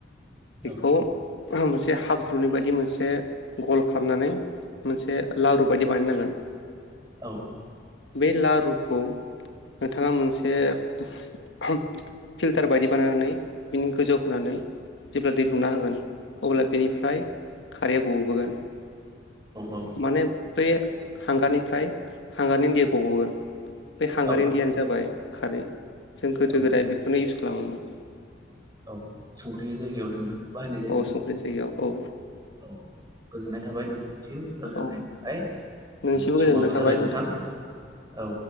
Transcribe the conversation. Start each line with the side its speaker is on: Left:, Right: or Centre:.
Right: औ
Left: बेखौ मोनसे हाब्रुनि बायदि मोनसे गल खालामनानै, मोनसे लारु बायदि बानायनांगोन।
Right: औ
Left: बे लारुखौ नोंथाङा मोनसे, बे फिल्टार बायदि बानायनानै, बिनि गोजौ होनानै जेब्ला दै लुना होगोन अब्ला बेनिफ्राय, खारैया गबोगोन।
Right: औ
Left: माने बे हांगारनिफ्राय हांगारनि दैया गबोगोन। बे हांगारनि
Right: औ
Left: दैयानो जाबाय, खारै जों गोदो
Right: औ
Left: गोदाय बेखौनो <unintelligible> खालामोमोन।
Right: औ संख्रिनि जायगायाव जों बाहायनाय जायो नोंथां
Left: औ संख्रि जायो औ। औ
Right: औ गोजोननाय थाबाय नों सिम फोरमायनायनि
Left: औ
Right: थाखाय
Left: नोंसिमबो
Right: समाबो
Left: गोजोननाय थाबाय
Right: जाबाय नोंथां औ